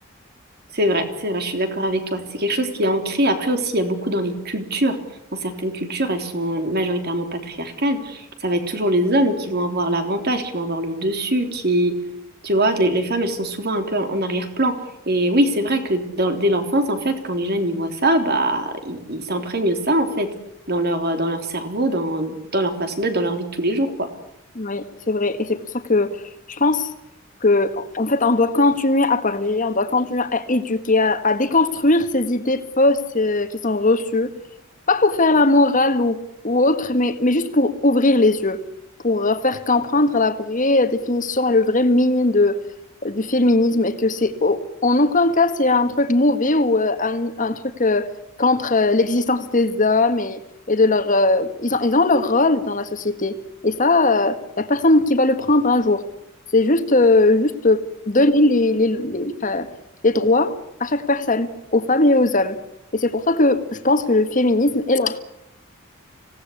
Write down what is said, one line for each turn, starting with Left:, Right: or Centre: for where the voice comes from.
Right: C'est vrai, c'est vrai, je suis d'accord avec toi. C'est quelque chose qui est ancré. Après aussi, il y a beaucoup dans les cultures. Dans certaines cultures, elles sont majoritairement patriarcales. Ça va être toujours les hommes qui vont avoir l'avantage, qui vont avoir le dessus, qui... Tu vois, les, les femmes, elles sont souvent un peu en en arrière-plan. Et oui, c'est vrai que dans- dès l'enfance, en fait, quand les jeunes y voient ça, bah, ils ils s'imprègnent ça, en fait, dans leur, euh, dans leur cerveau, dans, dans leur façon d'être, dans leur vie de tous les jours, quoi.
Left: Oui, c'est vrai. Et c'est pour ça que je pense que, en fait, on doit continuer à parler, on doit continuer à éduquer, à, à déconstruire ces idées fausses euh, qui sont reçues. Pas pour faire la morale ou, ou autre, mais, mais juste pour ouvrir les yeux, pour euh, faire comprendre la vraie définition et le vrai meaning de, euh, du féminisme et que c'est au- en aucun cas c'est un truc mauvais ou euh, un, un truc euh, contre euh, l'existence des hommes et, et de leur euh, ils ont, ils ont leur rôle dans la société et ça il n'y a personne qui va le prendre un jour c'est juste euh, juste donner
Right: Mm.
Left: les, les, les, enfin, les droits à chaque personne aux femmes et aux hommes et c'est pour ça que je pense que le féminisme est là.